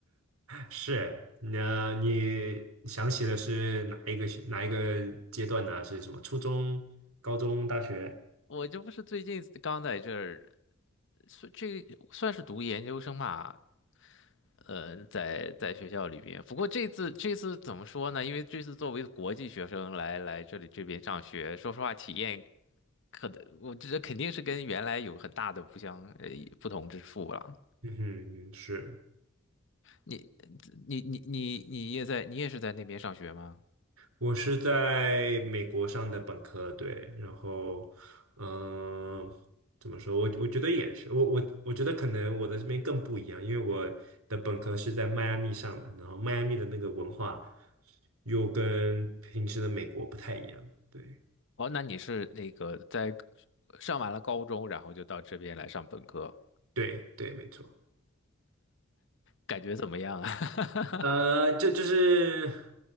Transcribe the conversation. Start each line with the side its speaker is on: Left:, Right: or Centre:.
Right: 是，那你想起的是哪一个学哪一个阶段呢？是什么？初中、高中、大学？
Left: 我这不是最近刚在这儿，算这算是读研究生吧？呃，在在学校里边。不过这次这次怎么说呢？因为这次作为国际学生来来这里这边上学，说实话体验。可能我觉得肯定是跟原来有很大的不相呃不同之处了。
Right: 嗯哼，是，
Left: 你你你你你也在你也是在那边上学吗？
Right: 我是在美国上的本科，对，然后，嗯、怎么说？我我觉得也是，我我我觉得可能我的这边更不一样，因为我的本科是在迈阿密上的，然后迈阿密的那个文化又跟平时的美国不太一样，对
Left: 哦，那你是那个在上完了高中，然后就到这边来上本科，
Right: 对对，没错。
Left: 感觉怎么样啊？<laughs>
Right: 呃，就就是，